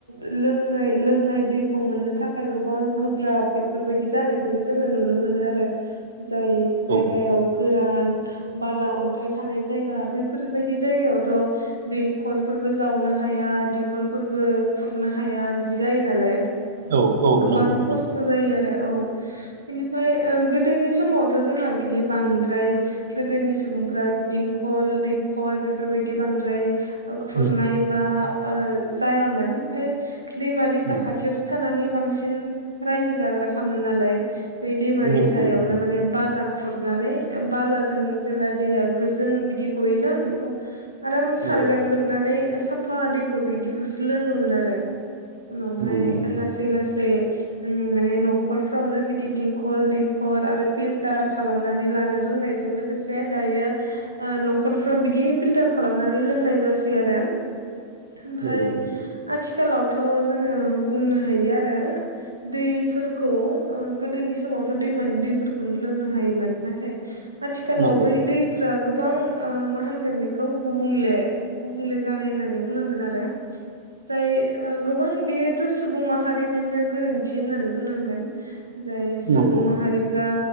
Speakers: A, on the right; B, on the right.
A: लोंनाय दैखौ मोननो थाखाय गोबां गोब्राब बेफोरबायदि जानायखौबो जोङो नुनो मो नो आरो जाय जायगायाव
B: औ
A: गोरान बाला अन्थाइ थानाय जायगा बैफोरबायदि जायगायावथ' दैखरफोरबो जावनो हाया देंखलफोरबो खुरनो हाया। बिदि जायो नालाय
B: औ औ
A: गोबां
B: नंगौ
A: खस्थ'
B: नंगौ
A: जायो आरो औ बिनि फाय ओ गोदोनि समावथ' जोंहा बिदि बांद्राय गोदोनि सुबुं फ्रा देंखल दैखर बेफोरबायदि बांद्र खुरनाय
B: उम
A: बा ओ जाया मोन फाय दैमा दैसा
B: उम
A: खा थियावसो थानानै बांसिन रायजो जाग्रा खामोन नालाय बै दैमा
B: नंगौ
A: दैसायावनो
B: नंगौ
A: माने बाला खुरनानै बला जों जेला दैया गोजों बिदि गयोना बेखौ आराम सारगार
B: नंगौ
A: जोबनानै सा फा दैखौ बिदिखौसो लोङोमोन आरो उनावहाय
B: नंगौ नंगौ
A: लासै लासै उम माने न'खरफ्रावनो बिदि देंखल दैखर आरो पिल्टार खालामनानै लानो रोंनायजों लोगोसे दायो ओ न'खरफ्राव बिदि पिल्टार खालामनानै लोंनाय जासै आरो ओमफाय
B: नंगौ
A: थ' जोङो बुंनो हायो आरो दैफोरखौ ओ गोदोनि समावथ' दैमानि दैफोरखौनो लोंनो हायोमोन नाथाय आथिखालाव
B: नंगौ
A: बै
B: नंगौ
A: दैफोरा गोबां ओ मा होनगोन बेखौ गुबुंले गुबुंले जानाय होननानै बुंनांगोन आरो जाय ओ गोबां बेयोथ' सुबुं माहारिनिनो गोरोन्थि होननानै बुंनांगोन जाय सुबुं
B: नंगौ
A: माहारिफ्रा